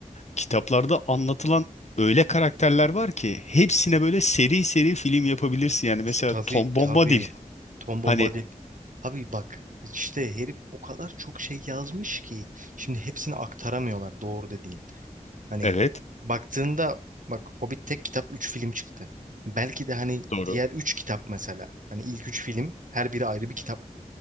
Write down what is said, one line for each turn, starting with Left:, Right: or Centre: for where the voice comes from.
Left: kitaplarda anlatılan öyle karakterler var ki hepsine böyle seri seri film yapabilirsin yani mesela
Right: Tabii
Left: Tom Bombadil
Right: tabii. Tom
Left: hani
Right: Bombadil. Abi bak işte herif o kadar çok şey yazmış ki şimdi hepsini aktaramıyorlar doğru dediğin. Hani
Left: evet
Right: baktığında bak Hobbit tek kitap 3 film çıktı. Belki de hani
Left: doğru
Right: diğer 3 kitap mesela. Hani ilk 3 film her biri ayrı bir kitap.